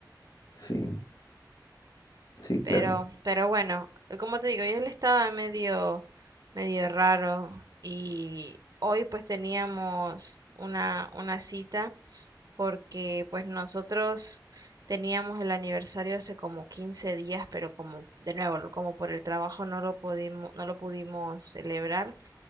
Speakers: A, on the left (about 55°); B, on the right (about 55°).
A: sí, sí,
B: Pero,
A: claro.
B: pero bueno, como te digo, yo él estaba medio, medio raro y hoy pues teníamos una, una cita porque pues nosotros teníamos el aniversario hace como 15 días, pero como de nuevo, lo- como por el trabajo no lo pudimos, no lo pudimos celebrar,